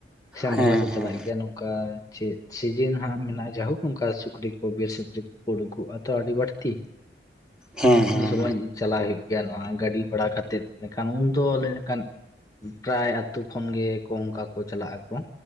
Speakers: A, on the left (about 20°); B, in the centre.
A: ᱥᱮᱸᱫᱽᱨᱟ
B: ᱦᱮᱸ
A: ᱞᱮ
B: ᱦᱮᱸ
A: ᱪᱟᱞᱟᱜ ᱜᱮᱭᱟ ᱱᱚ ᱱᱚᱠᱟ ᱪᱮᱫ ᱥᱤᱡᱤᱱ ᱦᱟᱸᱜ ᱢᱮᱱᱟᱜ-ᱟ ᱡᱟᱭᱦᱳᱠ ᱚᱝᱠᱟ ᱥᱩᱠᱨᱤ ᱠᱚ ᱵᱤᱨ ᱥᱩᱠᱨᱤ ᱠᱚ ᱠᱚ ᱩᱰᱩᱠᱜ-ᱟ ᱛᱚ ᱟᱹᱰᱤ ᱵᱟᱲᱛᱤ
B: ᱦᱮᱸ ᱦᱮᱸ
A: ᱩᱱ ᱥᱚᱢᱚᱭ ᱪᱟᱞᱟᱜ ᱦᱩᱭᱩᱜ ᱜᱮᱭᱟ ᱱᱚᱣᱟ ᱜᱟᱹᱰᱤ ᱵᱷᱟᱲᱟ ᱠᱟᱛᱮᱫ ᱱᱮ ᱠᱷᱟᱱ ᱩᱱ ᱫᱚ ᱞᱮ ᱞᱮᱠᱟᱱ ᱯᱨᱟᱭ ᱟᱹᱛᱩᱼᱼ ᱠᱷᱚᱱ ᱜᱮ ᱠᱚ ᱚᱝᱠᱟ ᱠᱚ ᱪᱟᱞᱟᱜ ᱟᱠᱚ